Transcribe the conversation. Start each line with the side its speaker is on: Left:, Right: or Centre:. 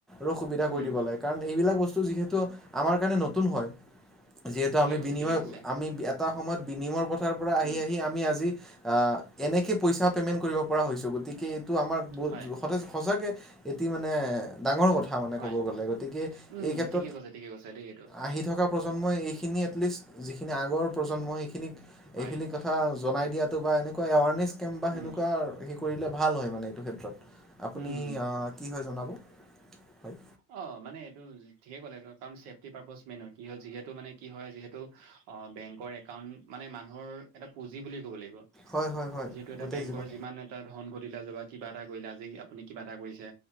Centre: ৰ সুবিধা কৰি
Right: উম
Centre: দিব লাগে কাৰণ, এইবিলাক বস্তু যিহেতু, আমাৰ কাৰণে নতুন হয়। যিহেতু
Right: ঠিকে
Centre: আমি
Right: কৈছে
Centre: বিনিময়
Right: ঠিকে কৈছে
Centre: আমি এটা সময়ত বিনিময়ৰ পথাৰ পৰা আহি
Right: উম
Centre: আহি আমি আজি আহ' এনেকে পইচা পেমেন্ট কৰিব পৰা হৈছো। গতিকে, এইটো আমাৰ
Right: হয়
Centre: সতেই সচাগে। এটি মানে, ডাঙৰ কথা। মানে
Right: হয়
Centre: কব গলে গতিকে
Right: উম
Centre: এই ক্ষেত্ৰত
Right: ঠিকে কৈছে ঠিকে কৈছে দেই এইটো
Centre: আহি থকা তন্মই, এইখিনি এটলিষ্ট, যিখিন আগৰ প্ৰজন্ম সেইখিনিক,
Right: হয়
Centre: এইখিনি কথা জনাই দিয়াত। বা এনেকুৱা এৱাৰনেছ কেম্প বা
Right: উম
Centre: সেনেুৱা হে কৰিলে ভাল হয় মানে এইটো ক্ষেত্ৰত আপুনি
Right: উম
Centre: আহ কি হয় জনাব হয়
Right: অ', মানে এইটো ঠিকে ক'লে কাৰণ চেফটি পাবজ মেইন কি হয়। যিহেতু মানে কি হয়, যিহেতু অহ, বেংকৰ একাউণ্ট মানে মানুহৰ। এটা প্ৰজি বুলি ক'ব লাগিব।
Centre: হয় হয় হয়
Right: যিহেতু এটা
Centre: গোটেই
Right: বেংকৰ
Centre: জীৱন
Right: যিমান এটা ধন ঘতিলা চবাই। কিবা এটা কৰিলে, আজি আপুনি কিবা এটা কৰিছে।